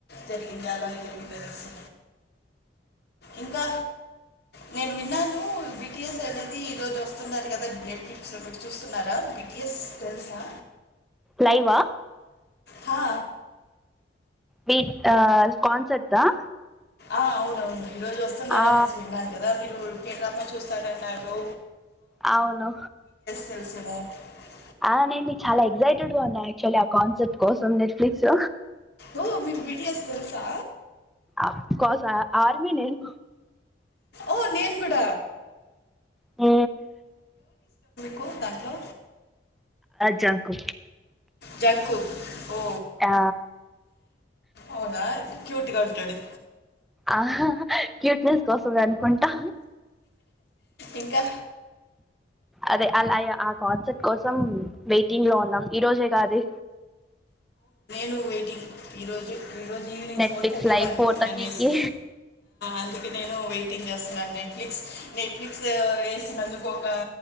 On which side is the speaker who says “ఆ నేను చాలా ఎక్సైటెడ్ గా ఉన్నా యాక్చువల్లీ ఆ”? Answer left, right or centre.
Centre